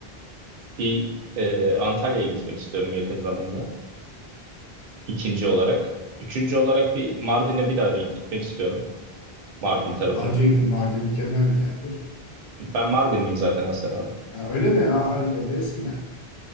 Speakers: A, on the right; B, on the left.
A: Bir e, Antalya'ya gitmek istiyorum yakın zamanda. İkinci olarak. Üçüncü olarak bir Mardin'e bir daha bir gitmek istiyorum. Mardin tarafına.
B: Daha önce gittim. Mardin mükemmel bir yerdir.
A: Ben Mardinliyim zaten aslen abi.
B: Ha, öyle mi? Ha, harika. Neresinden?